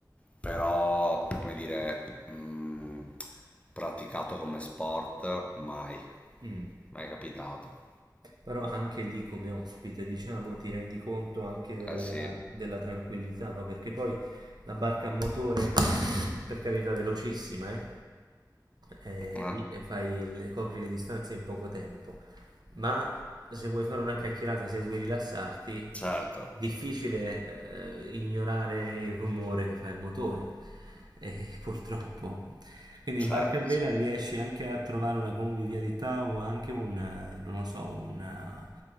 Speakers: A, on the left; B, on the right.
A: però come dire, mh, praticato come sport mai,
B: Mm.
A: mai capitato.
B: Però anche lì come ospite, diciamo, ti rendi conto anche della,
A: Eh sì,
B: della tranquillità, no? Perché poi la barca a motore, per carità, velocissima, eh? Eh,
A: Ah,
B: lì e fai, le- copri le distanze in poco tempo ma se vuoi fare una chiacchierata, se vuoi rilassarti,
A: certo,
B: difficile eh, ignorare il rumore che fa il motore, <laughs> eh, purtroppo. Quindi
A: certo,
B: in barca a vela
A: certo,
B: riesci anche a trovare una convivialità o anche un, eh, non lo so, un, eh,